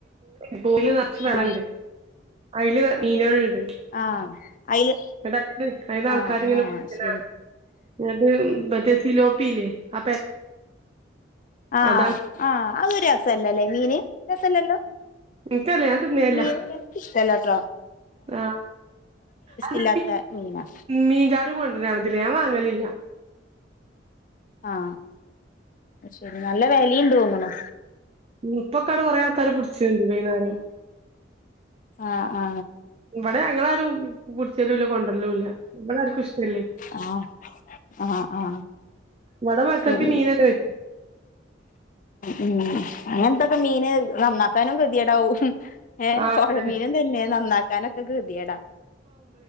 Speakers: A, on the right; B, on the left.
A: <unintelligible> പോല് നിറച്ച് വരണ്ട്,
B: ആ
A: അതില് മീനുകളുണ്ട്,
B: ആ അയില്
A: എന്നിട്ട് അ അതിന്ന് ആൾക്കാർ
B: ആ
A: ഇങ്ങനെ
B: ആ
A: നിക്കണ
B: ശരി
A: കാണാം മറ്റേ സിലോപ്പില്ലേ ആ
B: ആ
A: അതാണ്
B: ആ അതൊരു രസല്ലല്ലേ മീന് രസല്ലല്ലോ
A: എനിക്കല്ല ഞാൻ തിന്നേല്ല
B: മീന് എനിക്ക് ഇഷ്ടല്ല ത്ര
A: ആ അത്
B: ഇല്ലാത്ത മീനാ
A: മീൻകാരൻ കൊണ്ടന്ന കാണതില്ലേ ഞാൻ വാങ്ങത്തില്ല ഇല്ല
B: ആ ശരി, നല്ല വിലയണ്ട് തോന്നണു
A: ഇപ്പക്കടെ കൊറേ. ആൾക്കാരര പിടിച്ചണ്ട് വൈകുന്നേരം
B: ആ ആ
A: ഇവിടെ ഞങ്ങളാരും കുടിച്ചേരുല്ല കൊണ്ടു വരലും ഇല്ല, <unintelligible> ഇല്ല,
B: ആ ആ ആ
A: ഇവിടെ മക്കക്ക്
B: ശരി
A: മീന വെച്ച
B: ഉം അങ്ങനന്തൊക്കെ മീന് നന്ന എതാനും ധൃതിയേടാവും ഏഹ്
A: ആ
B: പുഴമീനും
A: അതെ
B: തന്നെ നന്നാക്കാനൊക്കെ കൃതിയടാ